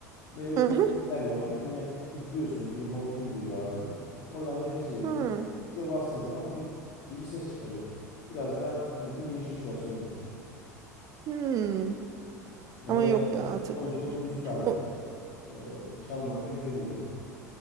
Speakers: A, on the left; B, on the right.
A: Melodik
B: Hı hı.
A: klavye var. Yine üflüyorsun bir hortum geliyor ağzına. Oradan nefesi veriyorsun.
B: Hı.
A: Tuşa bastığın zaman flüt gibi ses çıkarıyor. Biraz da flütün gelişmiş versiyonu gibi düşün.
B: Hmm.
A: Ama
B: Ama
A: yani
B: yok ya artık.
A: sonuçta bir müzik aleti.
B: O,
A: Ee, çalmak da güzel oluyor.